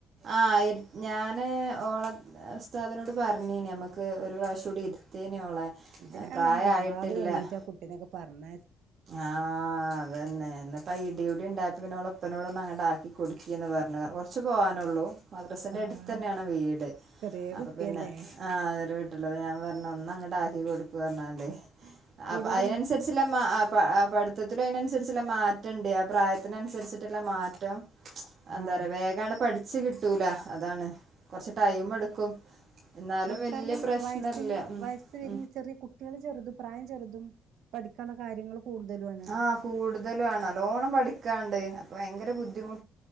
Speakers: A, on the right; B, on the right.
A: ആ ഞാന് ഓള ഉസ്‌താതി നോട് പറഞ്ഞീ നമുക്ക് ഒരു പ്രാവശം കൂടി ഇരുത്തേനേ ഓളെ
B: എന്തിനാ
A: പ്രായായിട്ടില്ല
B: രാവിലെ എണീറ്റ് ആ കുട്ടീനൊക്കെ പറഞ്ഞ
A: ആഹ് അതന്നെ ഇന്ന് പ്പൊ ആ ഇടി ഉണ്ടാ ഉപ്പനോളം ഒപ്പനോളം ഒന്ന് അങ്ങട് ആക്കി കൊടുക്കി എന്ന് പറഞ്ഞ കുറച്ച് പോകാനുള്ളൂ മദ്രസിൻ്റെ
B: ആഹ്
A: അടുത്ത് തന്നെയാണ് വീട്
B: ചെറിയ
A: അപ്പോം
B: കുട്ടിയല്ലേ
A: പിന്നെ അവരു വീട്ടിലുള്ളത് ഞാൻ പറഞ്ഞ ഒന്ന് അങ്ങോട്ട് ആക്കി കൊടുക്കു പറഞ്ഞണ്ട് അ
B: ഇവിടെ
A: അതിനനുസരിച്ചുള്ള മാ പ പഠിത്തത്തിലും അതിനന്നുസരിച്ചുള്ള മാറ്റം ഉണ്ട് പ്രായത്തിനനുസരിച്ചിട്ടുള്ള മാറ്റം എന്താ
B: ആഹ്
A: പറയാ വേഗണ്ട് പഠിച്ചു കിട്ടൂല അതാണ് കൊറച്ച് ടൈം എടുക്കും എന്നാലും
B: നമുക്ക്
A: വല്യ
B: കാരണം
A: പ്രശ്നല്ല
B: വയസ്സിന്
A: ഉം
B: വയസ് വരുന്ന ചെറിയ കുട്ടികള് ചെറുതും പ്രായം ചെറുതും പഠിക്കാനുള്ള കാര്യങ്ങൾ കൂടുതലുമാണ്
A: ആഹ് കൂടുതല വണ നല്ലോണം പഠിക്കാണ്ട് ഭയങ്കര ബുദ്ധിമു